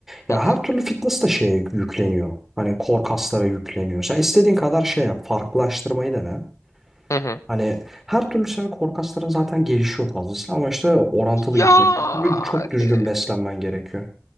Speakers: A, in the centre; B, on the left.
A: Ya
B: hı hı.
A: her türlü fitness da şeye yük- yükleniyor. Hani kor kaslara yükleniyor. Sen istediğin kadar şey yap. Farklılaştırmayı dene.
B: hı hı.
A: Hani her türlü senin kor kasların zaten gelişiyor fazlasıyla ama işte orantılı gitmek
B: Yani
A: gerekiyor. Ve çok düzgün beslenmen gerekiyor.